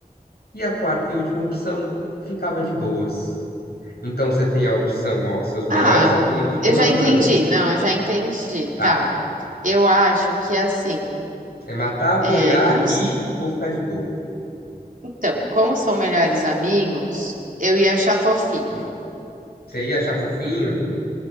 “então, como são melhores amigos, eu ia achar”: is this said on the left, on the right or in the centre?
Right